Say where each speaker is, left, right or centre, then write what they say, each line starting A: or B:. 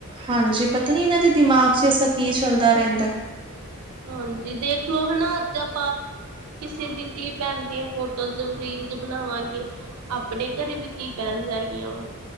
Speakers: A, on the right; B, on the right.
A: ਹਾਂਜੀ, ਪਤਾ ਨੀ ਇਹਨਾਂ ਦੇ ਦਿਮਾਗ 'ਚ ਐਸਾ ਕੀ ਚੱਲਦਾ ਰਹਿੰਦਾ।
B: ਹਾਂਜੀ, ਦੇਖਲੋ ਹਨਾ ਅੱਜ ਆਪਾਂ ਕਿਸੇ ਦੀ ਧੀ-ਭੈਣ ਦੀਆਂ ਫੋਟੋਜ਼ ਰੀਲਸ ਬਣਾਵਾਂਗੇ ਆਪਣੇ ਘਰੇ ਵੀ ਧੀ ਪੈਣਜ਼ ਹੇਗੀਆ ਵਾ।